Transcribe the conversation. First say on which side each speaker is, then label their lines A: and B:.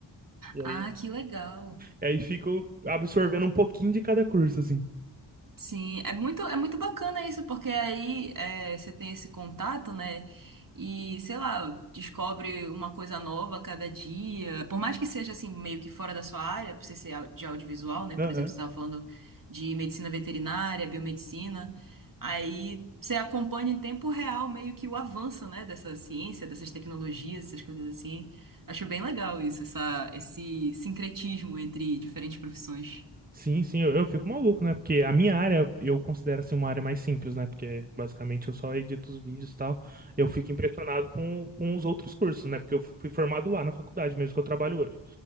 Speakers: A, on the right; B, on the right.
A: E
B: Ah,
A: aí,
B: que legal.
A: e aí fico absorvendo um pouquinho de cada curso, assim.
B: Sim, é muito, é muito bacana isso, porque aí é, você tem esse contato, né? E, sei lá, descobre uma coisa nova a cada dia. Por mais que seja, assim, meio que fora da sua área, por você ser au- de audiovisual, né? Por
A: Aham.
B: exemplo, você estava falando de medicina veterinária, biomedicina. Aí você acompanha em tempo real meio que o avanço, né? Dessa ciência, dessas tecnologias, essas coisas assim. Acho bem legal isso, essa, esse sincretismo entre diferentes profissões.
A: Sim, sim, eu, eu fico maluco, né? Porque a minha área eu considero assim uma área mais simples, né? Porque basicamente eu só edito os vídeos e tal. Eu fico impressionado com, com os outros cursos, né? Porque eu fui formado lá na faculdade mesmo que eu trabalho hoje.